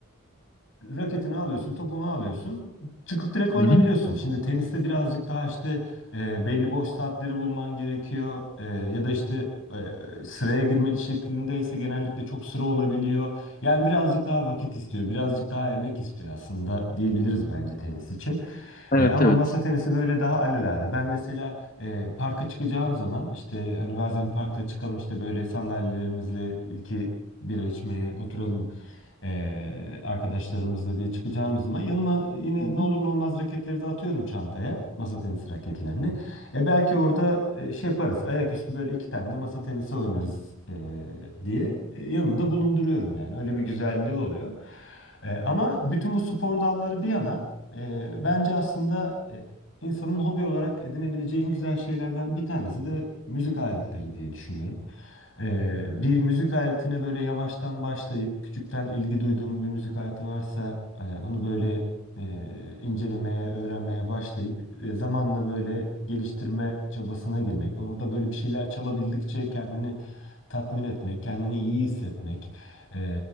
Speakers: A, on the left; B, on the left.
A: raketini alıyorsun, topunu alıyorsun, çıkıp direkt oynayabiliyorsun.
B: Hı hı.
A: Şimdi teniste birazcık daha işte e, belli boş saatleri bulman gerekiyor E, ya da işte e, sıraya girmeli şeklinde ise genellikle çok sıra olabiliyor. Yani birazcık daha vakit istiyor, birazcık daha emek istiyor aslında diyebiliriz bence tenis için. E,
B: Evet
A: ama
B: evet.
A: masa tenisi böyle daha alelade. Ben mesela e, parka çıkacağım zaman işte hani bazen parkta çıkalım işte böyle sandalyelerimizle iki bira içmeye oturalım ee, arkadaşlarımızla diye çıkacağımız zaman yanıma yine
B: Hı hı.
A: ne olur ne olmaz raketleri de atıyorum çantaya. Masa tenisi raketlerini. E belki orada e, şey yaparız. Ayaküstü böyle iki tane de masa tenisi oynarız e, diye e, yanımda bulunduruyorum yani. Öyle bir güzelliği oluyor. E, ama bütün bu spor dalları bir yana e, bence aslında e, insanın hobi olarak edinebileceği en güzel şeylerden bir tanesi de müzik aletleri diye düşünüyorum. Ee, bir müzik aletine böyle yavaştan başlayıp küçükten ilgi duyduğum bir müzik aleti varsa e, onu böyle e, incelemeye, öğrenmeye başlayıp e, zamanla böyle geliştirme çabasına girmek. Orada böyle bir şeyler çalabildikçe kendini tatmin etmek, kendini iyi hissetmek e,